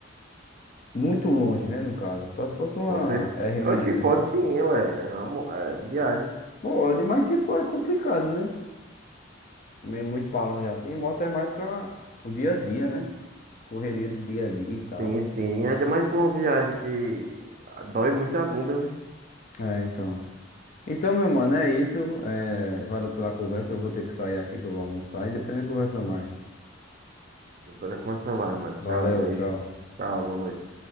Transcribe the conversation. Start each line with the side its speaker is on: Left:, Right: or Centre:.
Left: Muito longe, né, no caso. Só se fosse uma
Right: Com certeza.
Left: R1200.
Right: Oxi, pode
Left: mil e duzentos.
Right: sim, ué. É, uma mo- é viagem.
Left: Pode, mas tipo, é complicado, né? Meio Muito pra longe assim. Moto é mais pra o dia a dia, né? Correria do dia a dia e tal.
Right: Sim, sim. Ainda mais pra uma viagem que dói muito a bunda, né?
Left: É, então. Então, meu mano, é isso. É, valeu pela conversa. Eu vou ter que sair aqui que eu vou almoçar e depois a gente conversa mais.
Right: então tô como essa vai, mano. Tchau,
Left: Valeu,
Right: beijo.
Left: tchau.
Right: Tchau, boa noite.